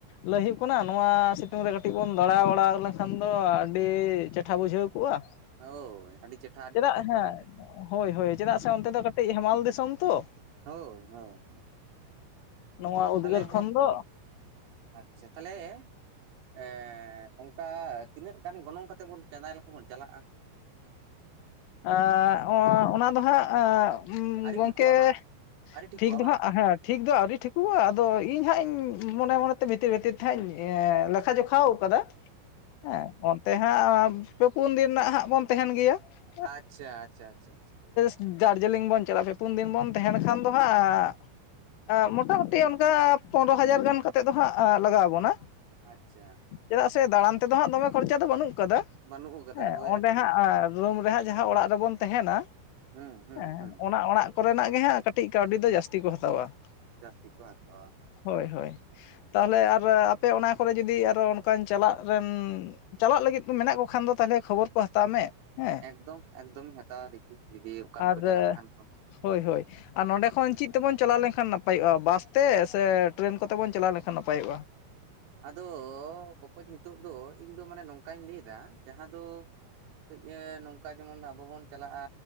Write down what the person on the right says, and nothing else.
ᱦᱳᱭ ᱟᱹᱰᱤ ᱪᱮᱴ
ᱦᱮᱸ
ᱦᱳᱭ ᱦᱳᱭ
ᱛᱟᱦᱚᱞᱮ ᱦᱮᱸ
ᱟᱪᱪᱷᱟ, ᱛᱟᱦᱚᱞᱮ ᱮᱸ ᱚᱱᱠᱟ ᱛᱤᱱᱟᱹᱜ ᱜᱟᱱ ᱜᱚᱱᱚᱝ ᱠᱟᱛᱮ ᱵᱚᱱ ᱪᱟᱸᱫᱟᱭ ᱞᱮᱠᱷᱚ ᱵᱚᱱ ᱪᱟᱞᱟᱼᱟ ᱾
ᱟᱹᱨᱤ
ᱴᱷᱤᱠᱚᱜᱼᱟ ᱵᱟᱝ ᱟᱹᱨᱤ ᱴᱷᱤᱠᱚᱜᱼᱟ
ᱵᱟᱝ
ᱟᱪᱪᱷᱟ ᱟᱪᱪᱷᱟ ᱟᱪᱷᱟ ᱟᱪᱷᱟᱷᱟ ᱾
ᱟᱪᱪᱷᱟ ᱾
ᱵᱟᱹᱱᱩᱜ ᱟᱠᱟᱫᱟ
ᱦᱳᱭ
ᱟᱨᱠᱤ
ᱦᱩᱸ ᱦᱩᱸ
ᱦᱩᱸ
ᱡᱟᱥᱛᱤ ᱠᱚ ᱦᱟᱛᱟᱣᱟ ᱾
ᱮᱠᱫᱚᱢ ᱮᱠᱫᱚᱢ ᱦᱟᱛᱟᱣᱟ ᱫᱤᱠᱤ ᱡᱩᱫᱤ ᱚᱠᱟᱱ
ᱠᱚ ᱪᱟᱞᱟᱜ ᱠᱷᱟᱱ ᱠᱚ ᱾
ᱟᱫᱚ ᱵᱚᱠᱚᱧ ᱱᱤᱛᱚᱜ ᱫᱚ ᱤᱧ ᱫᱚ ᱢᱟᱱᱮ ᱱᱚᱝᱠᱟᱧ ᱞᱟᱹᱭᱫᱟ ᱡᱟᱦᱟᱸ ᱫᱚ ᱠᱟᱹᱡ ᱮ ᱱᱚᱝᱠᱟ ᱡᱮᱢᱚᱱ ᱟᱵᱚ ᱵᱚᱱ ᱪᱟᱞᱟᱜᱼᱟ ᱟᱻ